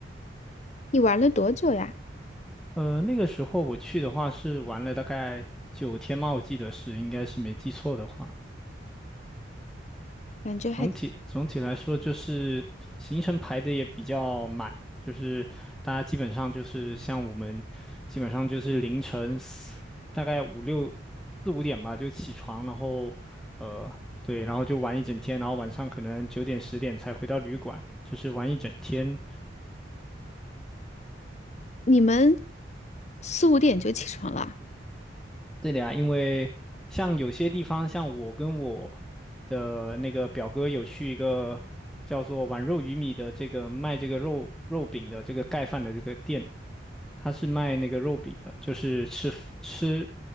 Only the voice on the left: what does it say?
你玩了多久呀？
感觉还挺，
你们四五点就起床了啊